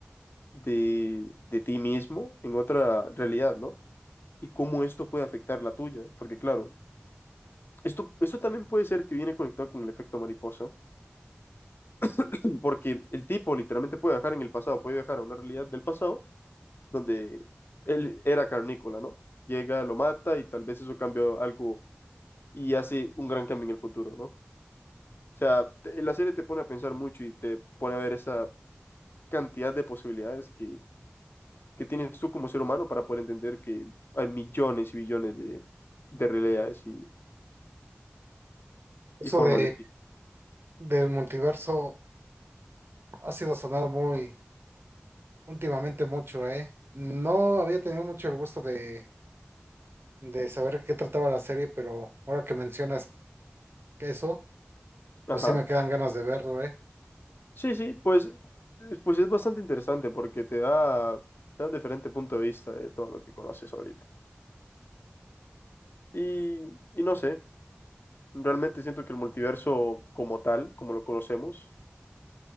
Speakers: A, on the left; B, on the right.
A: de, de ti mismo en otra realidad, ¿no? Y cómo esto puede afectar la tuya, porque claro, esto, esto también puede ser que viene conectado con el efecto mariposa, <clears throat> porque el tipo literalmente puede viajar en el pasado, puede viajar a una realidad del pasado donde él era carnícola, ¿no? Llega, lo mata y tal vez eso cambia algo y hace un gran cambio en el futuro, ¿no? O sea, te- la serie te pone a pensar mucho y te pone a ver esa cantidad de posibilidades que, que tienes tú como ser humano para poder entender que hay millones y billones de, de realidades y,
B: Eso
A: y formas
B: de,
A: de ti.
B: del multiverso ha sido sonado muy Últimamente mucho, ¿eh? No había tenido mucho el gusto de, de saber qué trataba la serie, pero ahora que mencionas eso,
A: Ajá.
B: pues sí me quedan ganas de verlo, ¿eh?
A: Sí, sí, pues, es- pues es bastante interesante porque te da, te da un diferente punto de vista de todo lo que conoces ahorita. Y, y no sé, realmente siento que el multiverso como tal, como lo conocemos,